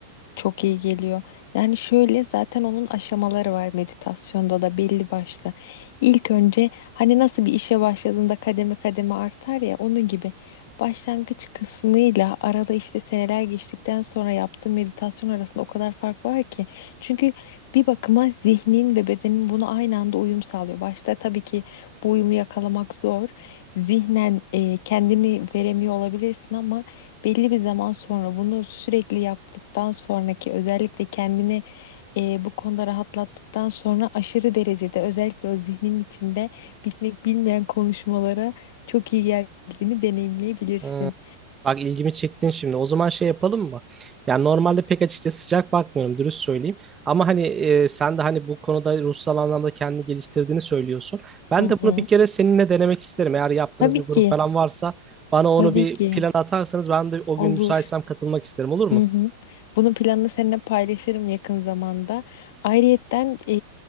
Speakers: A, on the left (about 55°); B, on the right (about 20°).
A: Çok iyi geliyor. Yani şöyle zaten onun aşamaları var meditasyonda da belli başlı. İlk önce hani nasıl bir işe başladığında kademe kademe artar ya onun gibi başlangıç kısmıyla arada işte seneler geçtikten sonra yaptığım meditasyon arasında o kadar fark var ki. Çünkü bir bakıma zihnin ve bedenin bunu aynı anda uyum sağlıyor. Başta tabii ki bu uyumu yakalamak zor. Zihnen e, kendini veremiyor olabilirsin ama belli bir zaman sonra bunu sürekli yaptıktan sonraki özellikle kendini e, bu konuda rahatlattıktan sonra aşırı derecede özellikle o zihnin içinde bitmek bilmeyen konuşmalara çok iyi geldiğini deneyimleyebilirsin.
B: Ee, Bak ilgimi çektin şimdi. O zaman şey yapalım mı? Yani normalde pek açıkçası sıcak bakmıyorum dürüst söyleyeyim. Ama hani e, sen de hani bu konuda ruhsal anlamda kendini geliştirdiğini söylüyorsun. Ben
A: Hı hı.
B: de bunu bir kere seninle denemek isterim. Eğer yaptığınız
A: Tabii
B: bir grup
A: ki,
B: falan varsa bana
A: tabii
B: onu bir
A: ki
B: plan atarsanız ben de o
A: olur.
B: gün müsaitsem katılmak isterim olur mu?
A: Hı hı. Bunun planını seninle paylaşırım yakın zamanda. Ayrıyetten e,